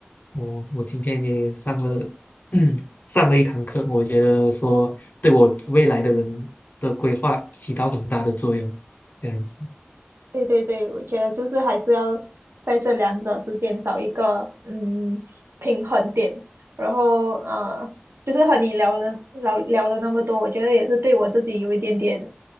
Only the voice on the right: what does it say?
对对对，我觉得就是还是要在这两者之间找一个嗯平衡点。然后呃，就是和你聊了聊聊了那么多，我觉得也是对我自己有一点点